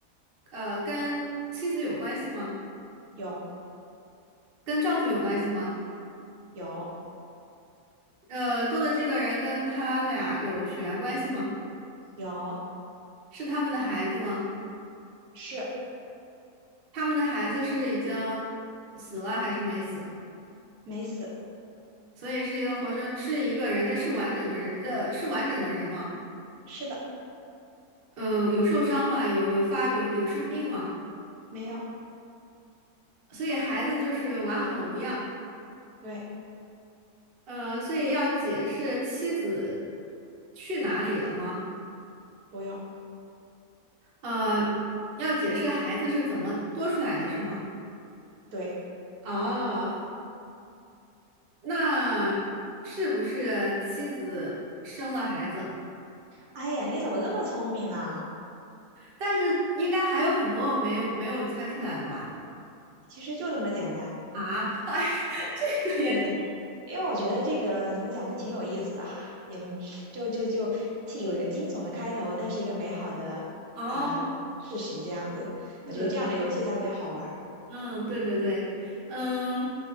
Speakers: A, on the right; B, on the right.
A: 呃，跟妻子有关系吗？
B: 有
A: 跟丈夫有关系吗？
B: 有
A: 呃，多的这个人跟他俩有血缘关系吗？
B: 有，
A: 是他们的孩子吗？
B: 是
A: 他们的孩子是已经死了还是没死？
B: 没死，
A: 所以是一个活生，是一个人，但是完整的人，呃，是完整的人吗？
B: 是的，
A: 嗯，有受伤吗？有有发有有生病吗？
B: 没有，
A: 所以孩子就是完好无恙。
B: 对，
A: 呃，所以要解释妻子去哪里了吗？
B: 不用，
A: 呃，要解释孩子是怎么多出来的，是吗？
B: 对，
A: 哦，那是不是妻子生了孩子？
B: 哎呀，你怎么这么聪明呢？
A: 但是应该还有很多我没有没有猜出来的吧？
B: 其实就这么简单，
A: 啊，哎，<laughs> 这个也
B: 对，因为我觉得这个怎么讲就挺有意思的哈，也就就就既有一个惊悚的开头，但是一个美好的呃事实这样子，
A: 哦，是的
B: 我觉得这样的游戏才比较好玩儿，
A: 嗯，对对对，嗯，